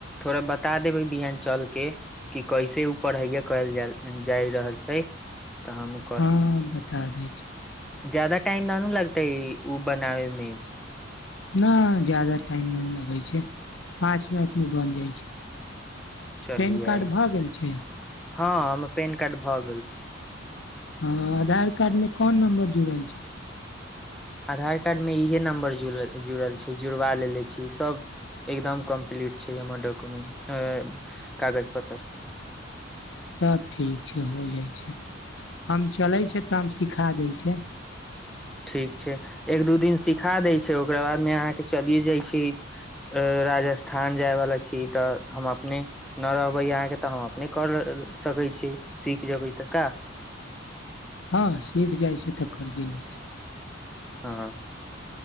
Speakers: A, in the centre; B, on the left.
A: थोड़ा बता देबै बिहान चल के कि कैसे ओ पढ़ैया कहल जा जाय रहल छै तऽ हम
B: हँ बता दै छी
A: ज्यादा टाइम न न लगतेै उ बनाबै मे
B: नहि ज्यादा टाइम नहि लगै छै पाँच मिनटमे बनि जाय छै
A: चलियै
B: पैन कार्ड भऽ गेल छै
A: हँ हमर पेन कार्ड भऽ गेल छै
B: हँ आधार कार्ड में कौन नम्बर जुड़ल छै
A: आधार कार्ड मे इहे नम्बर जुड़ल जुड़ल छै जुड़वा लेेले छी सभ एकदम कम्प्लीट छै हमर डॉक्युमेंट कागज पत्तर
B: तब ठीक छै हो जाइ छै हम चलै छै तब हम सिखा दै छै
A: ठीक छै एक दू दिन सिखा दै छै ओकरा बादमे अहाँके चलिये जाय छी राजस्थान जायवाला छी तऽ हम अपने न रहबै अहाँके तऽ हम अपने कर सकै छियै सीख जेबै तऽ का
B: हँ सीख जाय छै तऽ करिये लै छै
A: हँ